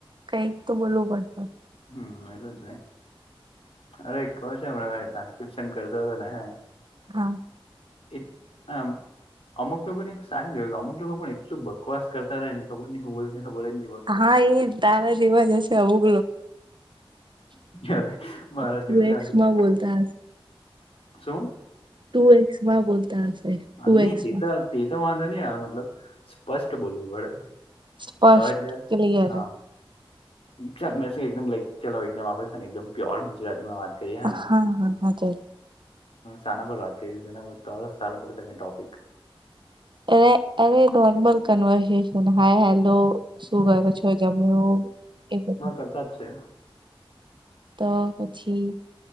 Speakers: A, on the right; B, on the left.
A: કઈક તો બોલવું પડશે
B: હમ એલે જ નને, અરે કહ છે હમણાં ટ્રાન્સક્રપ્શન કરતો હતો ને હ
A: હા
B: એટ આમ. અમુક લોકો ને સારી જો કે અમુક લોકો પણ એટલું બકવાસ કરતા રહે ખર નહ હું બખબર
A: હા એ તારા જેવા હશે આવુ
B: અરે મારા
A: ટુ
B: જેવા કાથી
A: એક્સમાં બોલતા
B: શું.
A: તું એક્સ માં બોલતા હશે. ટુ
B: ની
A: એક્સમાં
B: તે તો તે તો વાંધો ની આવે મતલબ સ્પષ્ટ બોલવું પડે
A: સ્પષ્ટ
B: તો એટલે
A: ક્લિયર
B: હા ચાલ મેસે એકદમ લાઇક ચલાવ એકદમ આપડે સેને એકદમ પ્યોર ગુજરાતીમાં વાત <unintelligible> આને
A: હા હા હાચે
B: સાના પર રાખ સારું પડશે ટોપિક
A: અરે અરે નોર્મલ કવર્ન હાય હેલો શું કર છો જમ એ બધું
B: કરતાજ છે.
A: તો હછી,